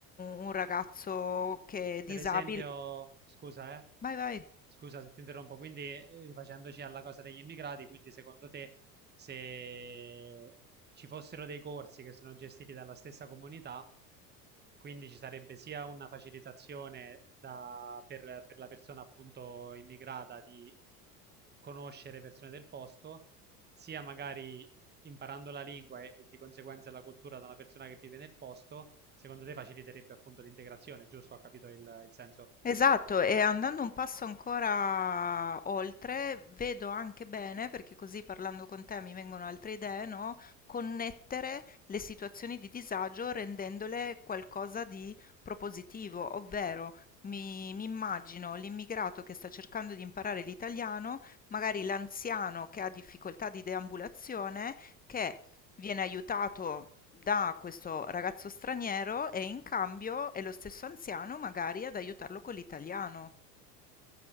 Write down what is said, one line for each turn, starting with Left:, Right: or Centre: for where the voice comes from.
Left: un ragazzo che è disabile.
Right: Per esempio, scusa, eh,
Left: Vai, vai.
Right: Scusa se ti interrompo, quindi eh, rifacendoci alla cosa degli immigrati, quindi secondo te se ci fossero dei corsi che sono gestiti dalla stessa comunità, quindi ci sarebbe sia una facilitazione da- per, per la persona appunto immigrata di conoscere persone del posto, sia magari imparando la lingua e, e di conseguenza la cultura da una persona che vive nel posto, secondo te faciliterebbe appunto l'integrazione, giusto? Ho capito il il senso?
Left: Esatto, e andando un passo ancora oltre, vedo anche bene, perché così parlando con te mi vengono altre idee, no? Connettere le situazioni di disagio rendendole qualcosa di propositivo, ovvero mi, mi immagino l'immigrato che sta cercando di imparare l'italiano, magari l'anziano che ha difficoltà di deambulazione, che viene aiutato da questo ragazzo straniero e in cambio è lo stesso anziano magari ad aiutarlo con l'italiano.